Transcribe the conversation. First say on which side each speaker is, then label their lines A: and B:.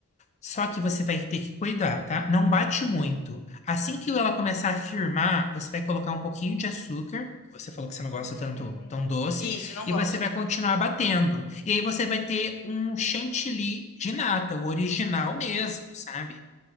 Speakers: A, on the left; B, on the left.
A: Só
B: Hum,
A: que você vai ter que cuidar, tá? Não bate muito. Assim que ela começar a firmar, você vai colocar um pouquinho de açúcar. Você falou que você não gosta
B: Hum,
A: tanto tão doce,
B: isso, não
A: e
B: gosto.
A: você vai continuar batendo. E aí você vai ter um chantilly de nata, o original mesmo, sabe?